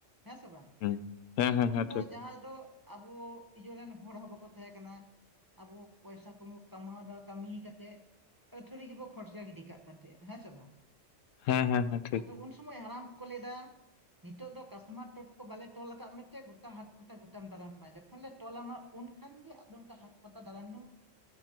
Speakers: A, on the right (about 20°); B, on the left (about 85°).
A: ᱦᱮᱸ ᱥᱮ ᱵᱟᱝ
B: ᱦᱮᱸ ᱦᱮᱸ ᱦᱮᱸ
A: ᱩᱱ
B: ᱦᱮᱸ
A: ᱫᱚ
B: ᱴᱷᱤᱠ
A: ᱡᱟᱦᱟᱸ ᱫᱚ ᱟᱵᱚ ᱤᱭᱟᱹ ᱨᱮᱱ ᱦᱚᱲ ᱦᱚᱸ ᱵᱟᱠᱚ ᱛᱟᱦᱮᱸᱠᱟᱱᱟ ᱟᱵᱚ ᱯᱚᱭᱥᱟ ᱠᱚᱵᱚ ᱠᱟᱢᱟᱣ ᱮᱫᱟ ᱠᱟᱹᱢᱤ ᱠᱟᱛᱮᱫ ᱟᱹᱛᱷᱟᱹᱲᱤ ᱜᱮᱵᱚ ᱠᱷᱚᱨᱪᱟ ᱜᱤᱰᱤ ᱠᱟᱜ ᱠᱟᱱ ᱛᱟᱦᱮᱸᱱᱟ ᱦᱮᱸ ᱥᱮ ᱵᱟᱝ
B: ᱦᱮᱸ ᱦᱮᱸ ᱦᱮᱸ ᱴᱷᱤᱠ
A: ᱟᱫᱚ ᱩᱱ ᱥᱚᱢᱚᱭ ᱦᱟᱲᱟᱢ ᱠᱚ ᱞᱮᱫᱟ ᱱᱤᱛᱚᱜ ᱫᱚ ᱠᱟᱥᱢᱟᱨ ᱴᱚᱴᱠᱚ ᱵᱟᱞᱮ ᱴᱚᱞ ᱟᱠᱟᱫ ᱢᱮᱛᱮ ᱜᱚᱴᱟ ᱦᱟᱴ ᱯᱟᱛᱟ ᱜᱚᱴᱟᱢ ᱫᱟᱲᱟᱱ ᱠᱟᱱᱟ ᱡᱚᱠᱷᱚᱱ ᱞᱮ ᱛᱚᱞᱟᱢᱟ ᱩᱱᱠᱷᱟᱱ ᱜᱮ ᱟᱫᱚ ᱱᱝᱠᱟ ᱦᱟᱴ ᱯᱟᱛᱟ ᱫᱟᱲᱬᱟᱱ ᱫᱚᱢ